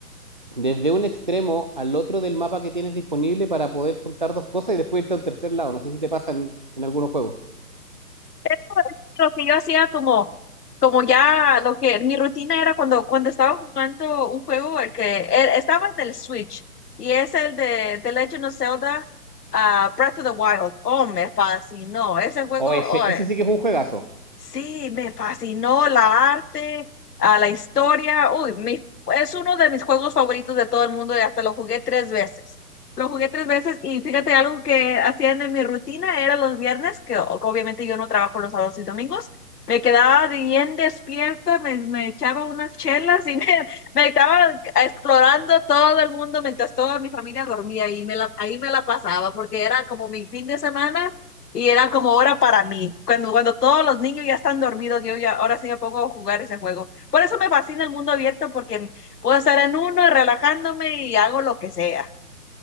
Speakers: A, on the right; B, on the left.
A: desde un extremo al otro del mapa que tienes disponible para poder juntar dos cosas y después irte a un tercer lado. No sé si te pasa en, en algunos juegos.
B: Eso es lo que yo hacía como, como ya lo que mi rutina era cuando, cuando estaba jugando un juego, el que eh, estaba en el Switch y es el de The Legend of Zelda ah, Breath of the Wild. Oh, me fascinó. Ese juego,
A: O ese,
B: oh,
A: ese sí que es un juegazo.
B: Sí, me fascinó la arte, a la historia. Uy, mi- es uno de mis juegos favoritos de todo el mundo y hasta lo jugué tres veces. Lo jugué tres veces y fíjate, algo que hacían en mi rutina era los viernes, que o- obviamente yo no trabajo los sábados y domingos. Me quedaba bien despierta, me, me echaba unas chelas y me, <laughs> me estaba explorando todo el mundo mientras toda mi familia dormía y me la, ahí me la pasaba porque era como mi fin de semana y eran como hora para mí, cuando, cuando todos los niños ya están dormidos, yo ya ahora sí me pongo a jugar ese juego. Por eso me fascina el mundo abierto, porque puedo estar en uno y relajándome y hago lo que sea.